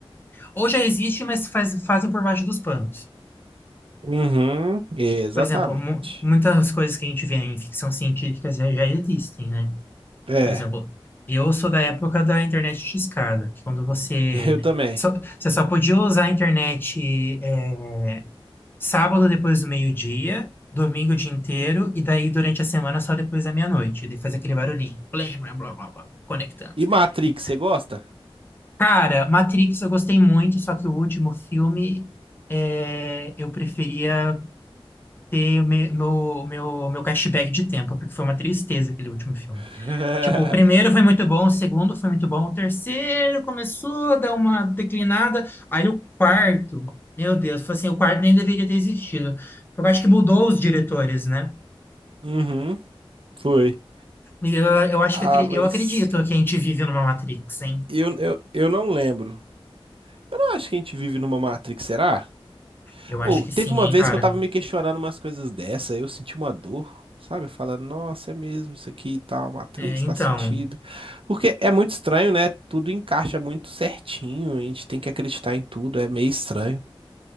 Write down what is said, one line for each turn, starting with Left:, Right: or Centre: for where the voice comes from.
Left: Ou já existe, mas faz- fazem por baixo dos panos.
Right: Uhum, exatamente.
Left: Por exemplo, mu- muitas coisas que a gente vê em ficção científica já já existem, né?
Right: É,
Left: Por exemplo, eu sou da época da internet de escada, que quando você
Right: <laughs> eu também.
Left: só, você só podia usar a internet é, sábado depois do meio-dia, domingo o dia inteiro, e daí durante a semana só depois da meia-noite. E daí faz aquele barulhinho, blé, blá, blá, blá, blá, conectando.
Right: E Matrix,
Left: E,
Right: você gosta?
Left: cara, Matrix eu gostei muito, só que o último filme é, eu preferia ter o me- meu, meu, meu cashback de tempo, porque foi uma tristeza aquele último filme.
Right: <laughs>
Left: Tipo, o primeiro foi muito bom, o segundo foi muito bom, o terceiro começou a dar uma declinada, aí o quarto, meu Deus, foi assim, o quarto nem deveria ter existido, porque eu acho que mudou os diretores, né?
Right: Uhum, foi.
Left: E Eu, eu acho
Right: Ah,
Left: que acre-
Right: mas
Left: eu acredito que a gente vive numa Matrix, hein?
Right: eu, eu, eu não lembro. Eu não acho que a gente vive numa Matrix, será?
Left: Eu acho
Right: Ou
Left: que
Right: teve
Left: sim,
Right: uma
Left: hein,
Right: vez
Left: cara?
Right: que eu tava me questionando umas coisas dessa, eu senti uma dor, sabe? Falando, nossa, é mesmo isso aqui e tal, Matrix,
Left: É, então,
Right: faz sentido. Porque é muito estranho, né? Tudo encaixa muito certinho, a gente tem que acreditar em tudo, é meio estranho.